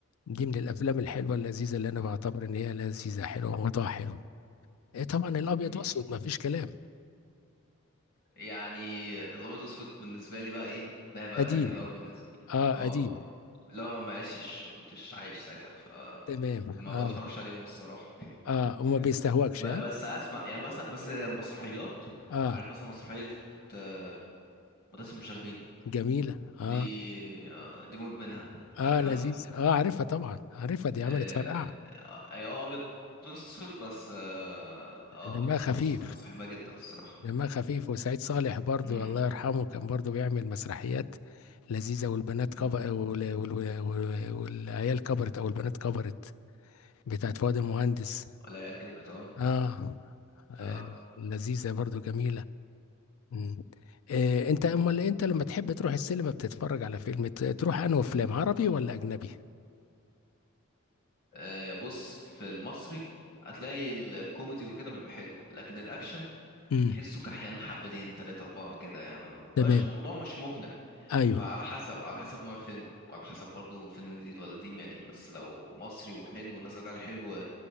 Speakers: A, on the left; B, on the left.
A: دي من الافلام الحلوه اللذيذه اللي انا بعتبر ان هي لذيذه حلوه وموضوعها حلو إيه طبعا الابيض
B: مم.
A: واسود ما فيش كلام
B: يعني الابيض واسود بالنسبه لي بقى ايه ده بقى
A: قديم
B: قديم قوي بالنسبه لي
A: اه
B: اه
A: قديم
B: لو ما عشتش ما كنتش عايش ساعتها ف
A: تمام
B: ما
A: اه
B: بتفرجش عليهم الصراحة <laughs>
A: اه وما بيستهواكش
B: ب-
A: اه
B: بس اسمع يعني مثلا بس المسرحيات
A: اه
B: عارف مثلا مسرحية آه، مدرسة المشاغبين
A: جميله اه
B: دي آه، دي مود منها
A: اه
B: عارفها
A: لذيذ اه عارفها طبعا عارفها دي عملت
B: آه،
A: فرقعه
B: آه، اي اه ابيض واسود بس اه آه،
A: دمها
B: ابيض واسود
A: خفيف
B: بس بس بحبها جدا الصراحة
A: دمها خفيف وسعيد صالح برضو
B: امم
A: الله يرحمه كان برضو بيعمل مسرحيات لذيذة والبنات كبر
B: اه
A: وال... وال... وال... والعيال كبرت أو البنات كبرت بتاعت فؤاد المهندس
B: ولا عيال كبرت اه
A: آه آه،
B: اه
A: لذيذة برضو جميلة مم. آه، أنت أمال أنت لما تحب تروح السينما بتتفرج على فيلم ت- تروح أنه فيلم عربي ولا أجنبي؟
B: آه، بص في المصري هتلاقي الكوميدي وكده بيبقى حلو لكن الاكشن
A: امم
B: تحسه كحيان حبتين تلاتة أربعة كده يعني ما بتبقاش-
A: تمام
B: الموضوع مش مقنع
A: ايوه
B: فعلى حسب على حسب نوع الفيلم وعلى حسب برضو فيلم جديد ولا قديم يعني بس لو مصري وحلو والناس طلعت عليه حلو